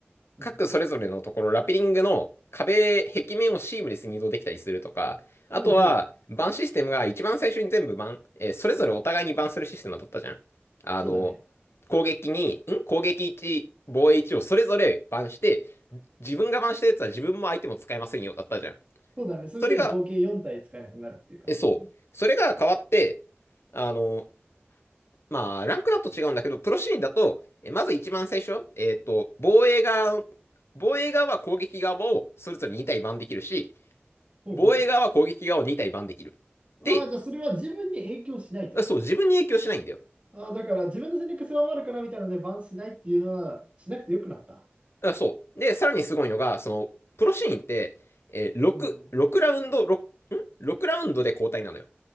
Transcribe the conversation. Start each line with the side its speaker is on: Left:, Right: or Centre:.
Right: うんうん
Left: 各それぞれのところ、ラピリングの壁、壁面をシームレスに移動できたりするとか、あとは、
Right: ほうほう、
Left: バンシステムが一番最初に全部バン、えーそれぞれお互いにバンするシステムだったじゃん。あの、
Right: そうだね。
Left: 攻撃に、ん攻撃1、防衛1をそれぞれバンして、自分がバンしたやつは自分も相手も使えませんよ、だったじゃん。
Right: そうだね。それで合計4体使えなくなるっていう感じだったね。
Left: それが、え、そう。それが変わって、あの、まあ、ランクだと違うんだけど、プロシーンだと、えまず一番最初、えっ、と、防衛側の、防衛側は攻撃側をそれぞれ2体番できるし、
Right: ほうほ
Left: 防衛側は攻撃側を2体番できる。で、
Right: う。ああ、じゃあそれは自分に影響しないと。
Left: そう、自分に影響しないんだよ。
Right: あー、だから自分の戦略狭まるからみたいなのでバンしないっていうのはしなくてよくなった。
Left: あそう。で、さらにすごいのが、その、プロシーンって、えー、
Right: うん。
Left: 6、6ラウンド、6、ん ?6 ラウンドで交代なのよ。